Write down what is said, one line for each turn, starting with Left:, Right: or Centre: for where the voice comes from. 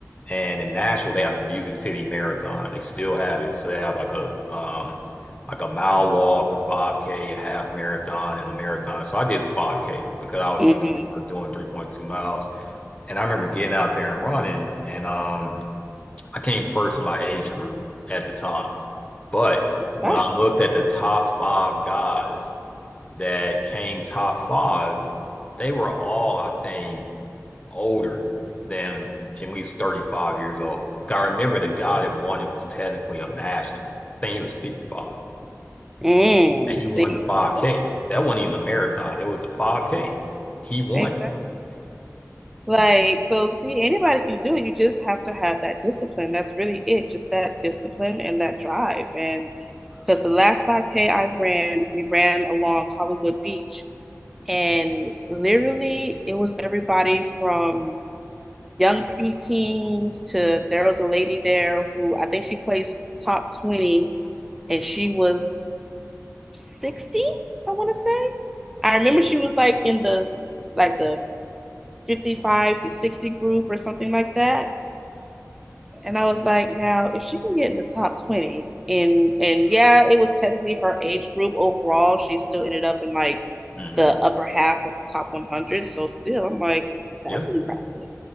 Left: and in Nashville, they have the Music City Marathon. They still have it. So they have like a um like a mile walk, a 5K, a half marathon, and a marathon. So I did the 5K because I was
Centre: Mm-hmm.
Left: used to doing 3.2 miles. And I remember getting out there and running, and um I came first in my age group at the time. But
Centre: Mm,
Left: when
Centre: nice.
Left: I looked at the top five guys that came top five, they were all, I think, older than at least 35 years old. I remember the guy that won it was technically a master. I think he was 55.
Centre: Mm.
Left: And he won
Centre: See?
Left: the 5K.
Centre: There you go.
Left: That wasn't even a marathon. It was the 5K. He won.
Centre: Exactly. Like, so see, anybody can do it. You just have to have that discipline. That's really it. Just that discipline and that drive. And because the last 5K I ran, we ran along Hollywood Beach. And literally, it was everybody from young preteens to there was a lady there who I think she placed top 20 and she was 60, I want to say. I remember she was like in the like the 55 to 60 group or something like that. And I was like, now if she can get in the top 20 and and yeah, it was technically her age group overall, she still ended up in like
Left: Mhm.
Centre: the upper half of the top 100. So still, I'm like, that's
Left: Yeah.
Centre: impressive.